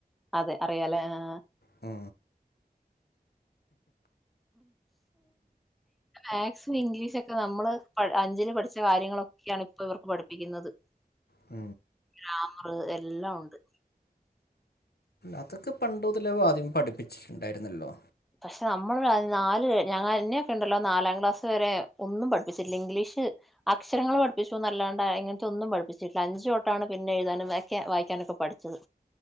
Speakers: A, in the centre; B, on the left.
A: അതെ അറിയാലേ ആ
B: ആ
A: ആ ഇംഗ്ലീഷൊക്കെ നമ്മള് അഞ്ചില് പഠിച്ച കാര്യങ്ങളൊക്കെയാണ് ഇപ്പൊ ഇവർക്ക് പഠിപ്പിക്കുന്നത്
B: ഉ
A: ഗ്രാമർ എല്ലാം ഉണ്ട്
B: അതൊക്കെ പണ്ടുതലേ വാദ്യം പഠിപ്പിച്ചിട്ടുണ്ടായിരുന്നല്ലോ
A: പക്ഷെ നമ്മൾ നാല് ഞങ്ങന്നെയൊക്കെ ഉണ്ടല്ലോ നാലാം ക്ലാസ് വരെ ഒന്നും പഠിപ്പിച്ചിട്ടില്ല ഇംഗ്ലീഷ് അക്ഷരങ്ങൾ പഠിപ്പിച്ചുന്നല്ലാണ്ട് ഇങ്ങനത്തെ ഒന്നും പഠിപ്പിച്ചിട്ടില്ല അഞ്ചു തൊട്ടാണ് പിന്നെ എഴുതാനും ഒക്കെ വായിക്കാനൊക്കെ പഠിച്ചത്